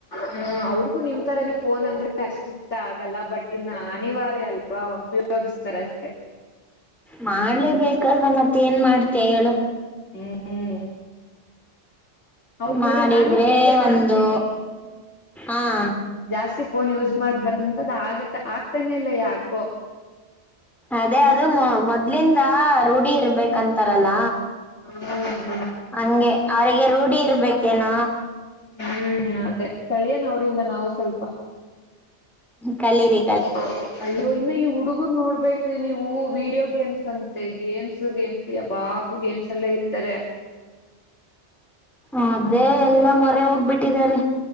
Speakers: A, on the left; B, in the centre.
A: ಹ್ಮ್ ಅವ್ರಿಗೂ ನಿಮ ತರನೆ ಫೋನ್ ಅಂದ್ರೆ ಅಷ್ಟ ಇಷ್ಟ ಆಗಲ್ಲ ಬಟ್ ಇನ್ನು ಅನಿವಾರ್ಯ ಅಲ್ಲ ಉಪಯೋಗಿಸ್ತಾರ ಅಷ್ಟೇ
B: ಮಾಡ್ಲೇಬೇಕಲ್ವಾ ಮತ್ ಏನ್ ಮಾಡ್ತೀಯ ಹೇಳು
A: ಹ್ಮ್ ಹ್ಮ್ ಅವ್ರ್
B: ಮಾಡಿದ್ರೆ
A: ನೋಡಿ ನಾನು ಕಲಿಯೋಣ
B: ಒಂದು
A: ಅಂತೀನಿ
B: ಅಂ
A: ಜಾಸ್ತಿ ಫೋನ್ ಯೂಸ್ ಮಾಡ್ಬಾರ್ದ ಅಂತ ಅದ್ ಆಗತ್ತ ಆಗ್ತಾನೆ ಇಲ್ಲ ಯಾಕೋ
B: ಅದೇ ಅದು ಮ ಮೊದ್ಲಿಂದ ರೂಢಿ ಇರ್ಬೇಕಂತಾರಲ್ಲ
A: ಅಂ ಹುಂ
B: ಹಂಗೆ ಅವರಿಗೆ ರೂಢಿ ಇರ್ಬೇಕೇನ
A: ಹ್ಮ್ ಅದೇ ಕಲಿಯನ ಅವ್ರಂದ ನಾವು ಸ್ವಲ್ಪ
B: ಕಲಿರಿ
A: <inaudible> ಅಯ್ಯೋ ಇನ್ನು ಈ ಹುಡುಗರ್ ನೋಡ್ಬೇಕು ನೀವು ವೀಡಿಯೋ ಗೇಮ್ಸ್ ಅಂತೆ ಗೇಮ್ಸ್ ಗೇಮ್ಸ್ ಯಾವಾಗೂ ಗೇಮ್ಸ್ ಅಲ್ಲೆ ಇರ್ತಾರೆ
B: ಅದೇ
A: ಆ
B: ಎಲ್ಲಾ ಮೊರೆ ಹೋಗ್ಬಿಟ್ಟಿದ್ದಾರೆ